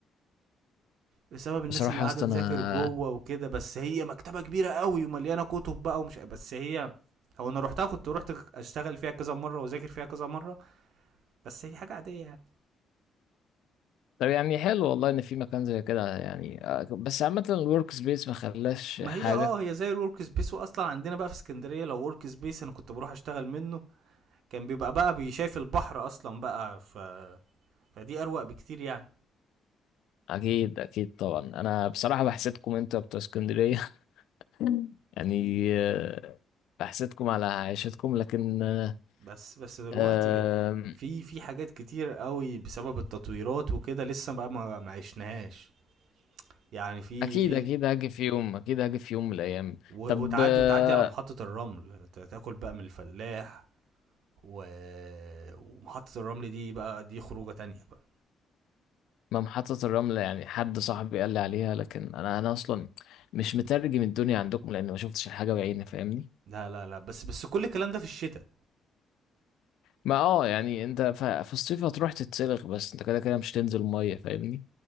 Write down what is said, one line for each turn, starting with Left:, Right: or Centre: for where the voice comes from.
Right: بسبب الناس
Left: بصراحة
Right: اللي قاعده
Left: يا اسطى
Right: تذاكر
Left: انا
Right: جوه وكده بس هي مكتبه كبيره قوي ومليانه كتب بقى ومش بس هي هو انا روحتها كنت روحت اشتغل فيها كذا مره واذاكر فيها كذا مره بس هي حاجه عاديه يعني
Left: طب يعني حلو والله ان في مكان زي كده يعني آه، بس عامة الورك سبيس ما خلاش
Right: ما
Left: حاجة
Right: هي اه هي زي الورك سبيس واصلا عندنا بقى في اسكندريه لو ورك سبيس انا كنت بروح اشتغل منه كان بيبقى بقى بيشايف البحر اصلا بقى ف فدي اروق بكتير يعني
Left: اكيد اكيد طبعا انا بصراحة بحسدكم انتوا بتوع اسكندرية <laughs> يعني آه، بحسدكم على عيشتكم لكن آه،
Right: بس بس دلوقتي
Left: آم،
Right: في في حاجات كتير قوي بسبب التطويرات وكده لسه بقى ما ما عشناهاش يعني في
Left: اكيد
Right: في
Left: اكيد هاجي في يوم اكيد هاجي في يوم من الايام
Right: و-
Left: طب
Right: وتعدي
Left: آه،
Right: وتعدي على محطة الرمل ت- تاكل بقى من الفلاح و... ومحطة الرمل دي بقى دي خروجة تانية بقى
Left: ما محطة الرمل يعني حد صاحبي قال لي عليها لكن انا انا اصلا مش مترجم الدنيا عندكم لان ما شفتش الحاجة بعيني فاهمني
Right: لا لا لا بس بس كل الكلام ده في الشتاء
Left: ما اه يعني انت ف- في الصيف هتروح تتسلق بس انت كده كده مش تنزل مية فاهمني